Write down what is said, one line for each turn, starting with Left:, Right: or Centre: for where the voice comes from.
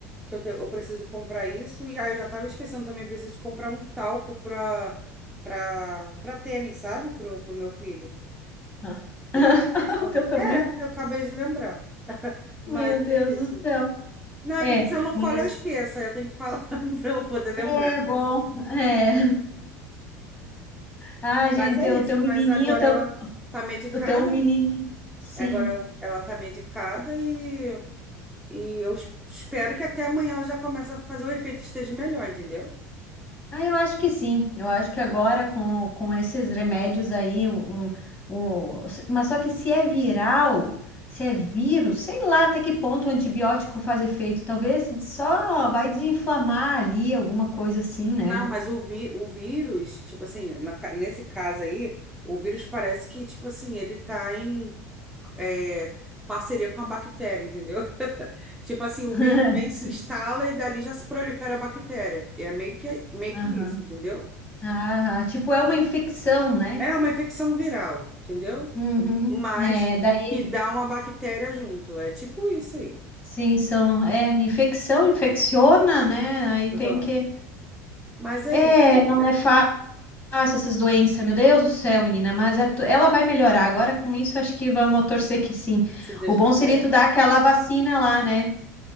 Centre: que eu, te- eu preciso comprar isso. E aí eu já tava esquecendo também, preciso comprar um talco pra, pra, pra tênis, sabe? Pro, pro meu filho.
Left: <laughs>
Centre: Tem que comprar isso também.
Left: O teu também?
Centre: É, eu acabei de lembrar. Mas
Left: Meu Deus
Centre: é isso.
Left: do céu.
Centre: Não, é
Left: É,
Centre: porque se eu não
Left: mas
Centre: falo, eu esqueço. Aí eu tenho que falar <laughs> pra eu poder lembrar.
Left: é bom. É. Ah,
Centre: Mas
Left: gente,
Centre: é isso.
Left: o teu menininho,
Centre: Mas agora
Left: tam-
Centre: ela tá medicada.
Left: o teu menininho. Sim.
Centre: Agora ela ela tá medicada e, e eu es- espero que até amanhã ela já comece a fazer o efeito e esteja melhor, entendeu?
Left: Ah, eu acho que sim. Eu acho que agora com, com esses remédios aí, um, um- mas só que se é viral, se é vírus, sei lá até que ponto o antibiótico faz efeito. Talvez só vai desinflamar ali, alguma coisa assim, né?
Centre: Não, mas o, vi, o vírus, tipo assim, na ca- nesse caso aí, o vírus parece que, tipo assim, ele tá em é, parceria com a bactéria, entendeu? <laughs> Tipo assim, o
Left: <laughs>
Centre: vírus vem, se instala e dali já se prolifera a bactéria. É meio que, meio
Left: Aham.
Centre: que isso, entendeu?
Left: Ah, tipo, é uma infecção, né?
Centre: É uma infecção viral, entendeu?
Left: Uhum.
Centre: Mas
Left: É, daí,
Centre: que dá uma bactéria junto. É tipo isso aí.
Left: sim, são, é, infecção, infecciona, né? Aí tem
Centre: Aham.
Left: que,
Centre: Mas é
Left: é,
Centre: isso, amiga.
Left: não é fácil essas doenças, meu Deus do céu, menina, mas é tu- ela vai melhorar agora com isso, acho que vamos torcer que sim.
Centre: Se Deus
Left: O bom
Centre: quiser.
Left: seria tu dar aquela vacina lá, né?